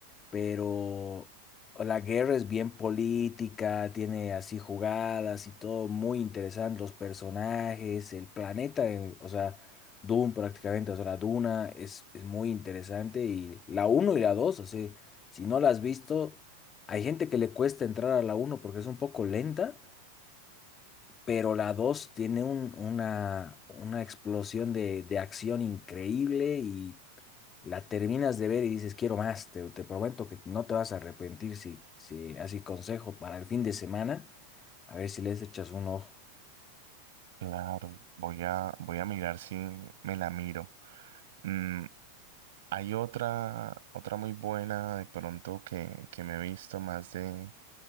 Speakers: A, on the left (about 25°); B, on the right (about 55°).
A: pero la guerra es bien política, tiene así jugadas y todo muy interesante, los personajes, el planeta, el- o sea, Dune prácticamente, o sea, la Duna es, es muy interesante y la uno y la dos o sea, si no la has visto... Hay gente que le cuesta entrar a la uno porque es un poco lenta, pero la 2 tiene un- una, una explosión de, de acción increíble y la terminas de ver y dices, quiero más, te, te prometo que no te vas a arrepentir si, si así consejo para el fin de semana, a ver si les echas un ojo.
B: Claro, voy a, voy a mirar si me la miro. Mm, hay otra, otra muy buena de pronto que, que me he visto más de